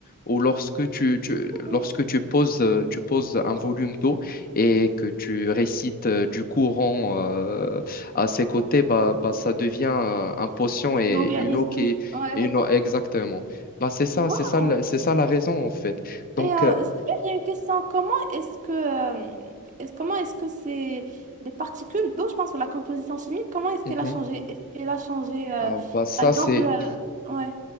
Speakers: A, on the left; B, on the right.
A: ou lorsque, tu, tu-
B: Oh,
A: lorsque tu, poses, euh, tu poses un volume d'eau et que tu récites euh, du courant euh, à ses côtés, bah, bah, ça devient euh, un potion et
B: L'eau guérisseuse.
A: une eau qui est
B: Ouais.
A: une eau, exactement. Bah, c'est ça,
B: Wow.
A: c'est ça, le- c'est ça la raison, en fait. Donc,
B: Et euh, c'est bien, j'ai une question. Comment est-ce que, euh, est-ce- comment est-ce que c'est des particules d'eau, je pense, ou la composition chimique, comment est-ce qu'elle
A: euh,
B: a changé? Est-ce qu'elle a changé, euh,
A: Ah bah ça
B: par exemple,
A: c'est
B: euh, ouais.